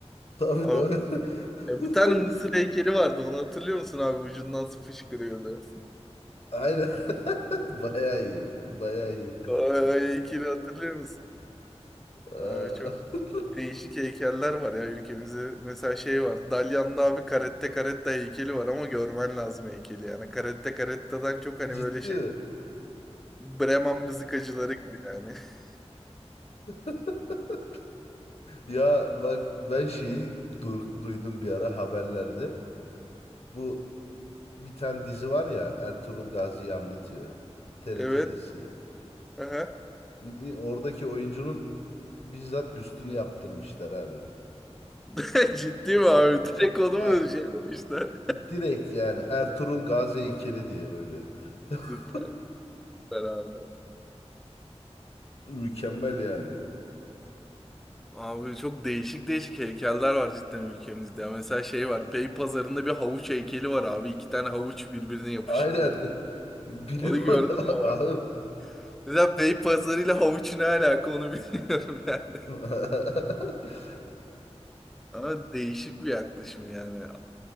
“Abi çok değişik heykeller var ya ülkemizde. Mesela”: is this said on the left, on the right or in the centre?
Centre